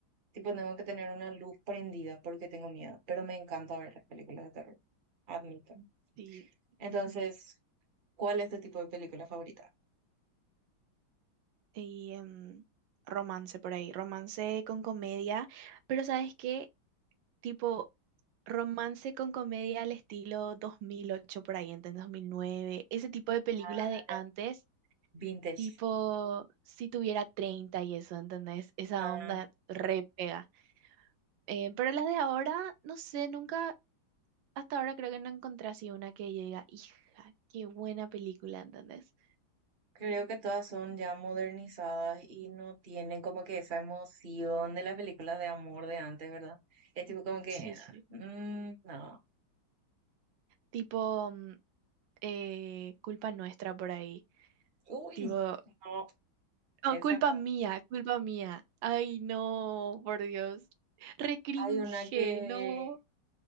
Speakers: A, on the right; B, on the right.
A: tipo, tengo que tener una luz prendida porque tengo miedo, pero me encanta ver las películas de terror, admito.
B: Sí,
A: Entonces,
B: ujú.
A: ¿cuál es tu tipo de película favorita?
B: Y em, romance por ahí. Romance con comedia. Pero, ¿sabes qué? tipo romance con comedia al estilo 2008 por ahí, entonces 2009, ese tipo de películas
A: Ah,
B: de antes,
A: ya. Vintage.
B: tipo si tuviera 30 y eso, ¿entendés? Esa
A: Ah,
B: onda re pega. Eh, pero las de ahora, no sé, nunca, hasta ahora creo que no encontré así una que yo diga, hija, qué buena película, ¿entendés?
A: creo que todas son ya modernizadas y no tienen como que esa emoción de las películas de amor de antes, ¿verdad? Es tipo como que,
B: Sí, sí.
A: mm, no,
B: Tipo mm, eh, Culpa Nuestra por ahí.
A: uy,
B: Tipo,
A: no, esa.
B: Oh, culpa mía, culpa mía. Ay, no, por Dios. Recringe,
A: Hay una que
B: no.